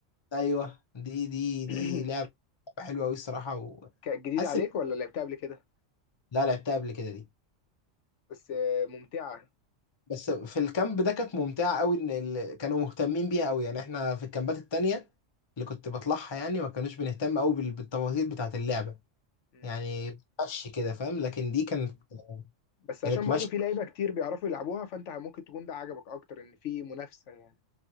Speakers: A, on the left; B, on the left.
A: ايوه دي دي دي
B: <clears throat>
A: لعبه حلوه قوي الصراحه وحاسس
B: كانت جديده عليك
A: إن-
B: ولا لعبتها قبل كده
A: لا لعبتها قبل كده دي
B: بس آه، ممتعه
A: بس في الكامب ده كانت ممتعة قوي ان ال... كانوا مهتمين بيها قوي يعني احنا في الكامبات التانية اللي كنت بطلعها يعني ما كانوش بنهتم قوي بال... بالتفاصيل بتاعة اللعبة
B: مم.
A: يعني مشي كده فاهم لكن دي كانت
B: بس عشان
A: كانت
B: برضو
A: مشي
B: في لعيبه كتير بيعرفوا يلعبوها فانت ممكن تكون ده عجبك اكتر ان في منافسه يعني